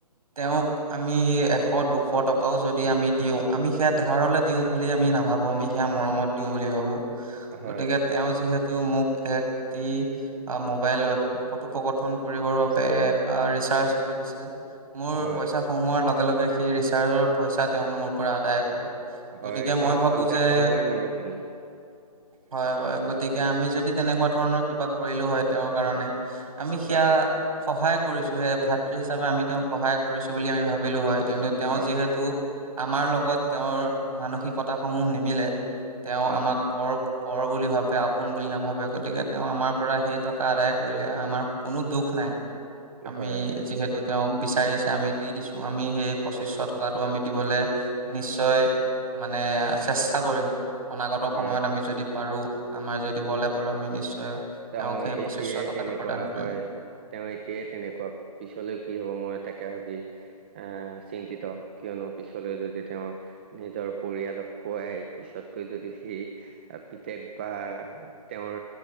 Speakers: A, on the right; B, on the right.
A: তেওঁক আমি এশ, দুশ টকাও যদি আমি দিওঁ আমি সেয়া ধাৰলৈ দিওঁ বুলি আমি নাভাবোঁ। আমি সেইয়া মৰমত দিওঁ বুলি ভাবোঁ।
B: হয়
A: গতিকে তেওঁ যিহেতু মোক একটি আ মোবাইলত, কথোপকথন কৰিবৰ বাবে ৰিচাৰ্জ কৰি দিছিল। মোৰ
B: হয়
A: পইচা সোমোৱাৰ লগে লগে, সেই ৰিচাৰ্জৰ পইচা তেওঁ মোৰ পৰা আদায় কৰে।
B: হয়
A: গতিকে মই
B: তেওঁ
A: ভাবোঁ
B: খ্ষন্তে
A: যে
B: সময়ে নৰখিল।
A: হয় হয়, গতিকে আমি যদি তেনেকুৱা ধৰণৰ কিবা কৰিলো হ'য়, তেওঁৰ কাৰণে। আমি সেয়া,
B: হয়
A: সহায় কৰিছো হে, ভাতৃ হিচাপে আমি তেওঁক সহায় কৰিছো বুলি আমি ভাবিলো হয়। কিন্তু তেওঁ
B: হয়
A: যিহেতু,
B: হয়
A: আমাৰ লগত তেওঁৰ মানসিকতা সমূহ নিমিলে। তেওঁ
B: হয়
A: আমাক, পৰ পৰ বুলি ভাবে, আপোন বুলি নাভাবে, গতিকে তেওঁ আমাৰ পৰা সেই টকা আদায় কৰিলে, আমাৰ কোনো দুখ নাই। আমি
B: হয় হয়
A: যিহেতু তেওঁক বিচাৰিছে আমি দি দিছো আমি সেই পঁচিশ টকাটো আমি দিবলৈ, নিশ্চয় মানে চেষ্টা কৰিম। অনাগত
B: হয়
A: সময়ত আমি যদি পাৰো, আমাৰ যদি বলে পাৰো আমি নিশ্চয় তেওঁক
B: তেওঁ
A: সেই পঁচিছশ
B: এতিয়া
A: টকাটো
B: তেনেকুৱা
A: প্ৰদান কৰিম
B: হয়। তেওঁ এতিয়াই তেনেকুৱা, পিছলেও কি হ'ব মই তাকে ভাবি আ, চিন্তিত কিয়নো পিছলৈ যদি তেওঁ নিজৰ পৰিয়ালক খুৱাই পিছতকৈ যদি সেই পিতেক বা, তেওঁৰ